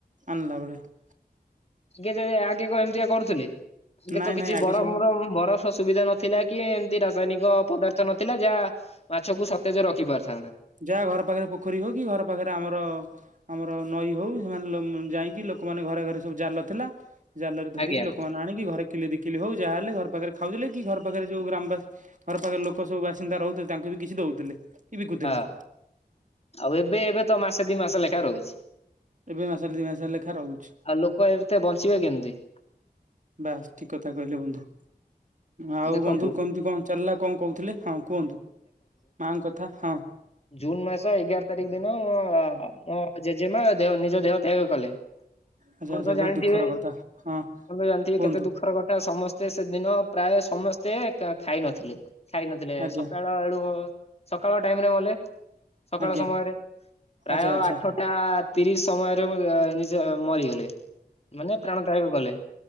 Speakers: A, on the right; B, on the left.
A: ଆିଲାବଡ <unintelligible>
B: ଆଗେ ଆଗେ କଣ ଏମିତିଆ କରୁଥିଲ ଆଗେ
A: ନାଇଁ
B: ତ କିଛି
A: ନାଇଁ ଆଗେ
B: ବରମର
A: ସବୁ
B: ବରଫ ବ ସୁବିଧା ନଥିଲା କି ଏମିତି ରାସାୟନିକ ପଦାର୍ଥ ନଥିଲା ଯାହା ମାଛକୁ ସତେଜ ରଖି ପାରଥାନ୍ତେ।
A: ଯାହା ଘର ପାଖରେ ପୋଖରୀ ହଉ କି ଘର ପାଖରେ ଆମର ଆମର ନଈ ହଉ ସେମାନେ ଉମ୍ ଯାଇକି ଲୋକମାନେ ଘରେ ଘରେ ସବୁ ଜାଲ ଥିଲା ଜାଲରେ ଧରିକି
B: ଆଜ୍ଞା
A: ଲୋକମାନେ ଆଣିକି ଘରେ କିଲେ ଦି କିଲେ ହଉ ଯାହାହେଲେ ଘର ପାଖରେ ଖାଉଥିଲେ କି ଘର ପାଖେରେ ଯୋଉ ଗ୍ରାମବାସି ଘର ପାଖରେ ଲୋକ ସବୁ ବାସିନ୍ଦା ରହୁଥିଲେ ତାଙ୍କୁ ବି କିଛି ଦଉଥିଲେ। କି ବିକୁଥିଲେ।
B: ହଁ ଆଉ ଏବେ ଏବେ ତ ମାସେ ଦି ମାସେ ଲେଖା ରହୁଚି।
A: ଏବେ ମାସ ଦି ମାସ ଲେଖା ରହୁଛି।
B: ଆଉ ଲୋକ ଏତେ ବଞ୍ଚିବେ କେମତି?
A: ବାସ୍ ଠିକ୍ କଥା କହିଲେ ବନ୍ଧୁ। ଆଉ
B: ଦେଖନ୍ତୁ।
A: ବନ୍ଧୁ କେମତି କଣ ଚାଲିଲା କଣ କହୁଥିଲେ ହଁ କୁହନ୍ତୁ ମାଙ୍କ କଥା ହଁ।
B: ଜୁନ୍ ମାସ ଏଗାର ତାରିଖ ଦିନ ମୋ ଆପଣ ଜେଜେମା ଦେହ ନିଜ ଦେହ ତ୍ୟାଗ କଲେ।
A: ଆଚ୍ଛା
B: ପଣ
A: ଆଚ୍ଛା
B: ତ
A: ବହୁତ
B: ଜାଣିଥିବେ
A: ଦୁଃଖର
B: ଆପଣ
A: କଥା ହଁ
B: ତ ଜାଣିଥିବେ
A: କୁହନ୍ତୁ
B: କେତେ ଦୁଃଖର କଥା ସମ ତେ ସେଦିନ ପ୍ରାୟ ସମସ୍ତେ ଖାଇ ନଥିଲେ ଖାଇ ନଥିଲେ
A: ଆଜ୍ଞା
B: ସକାଳେ ଆଳୁ ସକାଳ ଟାଇମରେ ମଲେ ସକାଳ
A: ଆଜ୍ଞା
B: ସମୟରେ ପ୍ରାୟ
A: ଆଚ୍ଛା ଆଚ୍ଛା
B: ଆଠ ଟା ତିରିଶ ସମୟରେ ନିଜେ ମରିଗଲେ ମାନେ ପ୍ରାଣତ୍ୟାଗ କଲେ।